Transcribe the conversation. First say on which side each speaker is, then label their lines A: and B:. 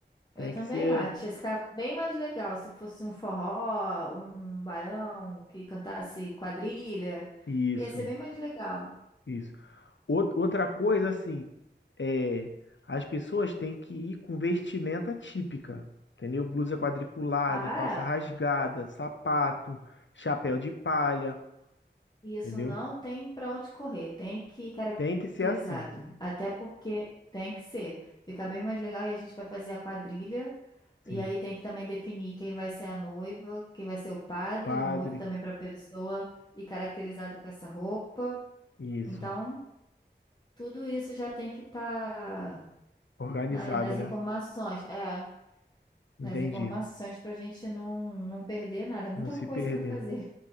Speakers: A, on the left; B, on the left.
A: Tem
B: Eu também
A: que ser
B: acho. Ia ficar bem mais legal se fosse um forró, um baião que cantasse quadrilha.
A: isso,
B: Ia ser bem mais legal.
A: isso. Out- Outra coisa, assim, é, as pessoas têm que ir com vestimenta típica, entendeu? Blusa quadriculada,
B: Ah,
A: calça rasgada,
B: é?
A: sapato, chapéu de palha,
B: Isso
A: entendeu?
B: não tem para onde correr, tem que ir caracterizado.
A: Tem que ser assim,
B: Até porque tem que ser. Fica bem mais legal e a gente vai fazer a quadrilha. E
A: sim.
B: aí tem que também definir quem vai ser a noiva, quem vai ser o padre,
A: Padre,
B: o noivo também para a pessoa e caracterizado com essa roupa.
A: isso.
B: Então, tudo isso já tem que estar
A: Organizado,
B: nas
A: né?
B: informações. É,
A: Entendi.
B: nas informações para a gente não, não perder nada. Muita
A: Não se
B: coisa
A: perder.
B: para fazer.